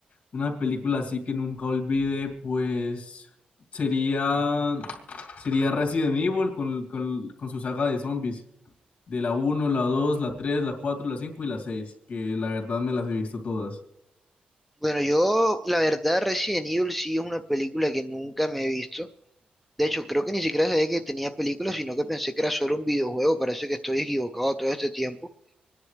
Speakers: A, on the left (about 50°); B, in the centre.
A: una película así que nunca olvide, pues sería, sería Resident Evil con, con, con su saga de zombies de la uno, la 2, la 3, la 4, la 5 y la 6, que la verdad me las he visto todas.
B: Bueno, yo, la verdad, Resident Evil sí es una película que nunca me he visto. De hecho, creo que ni siquiera sabía que tenía películas, sino que pensé que era solo un videojuego. Parece que estoy equivocado todo este tiempo.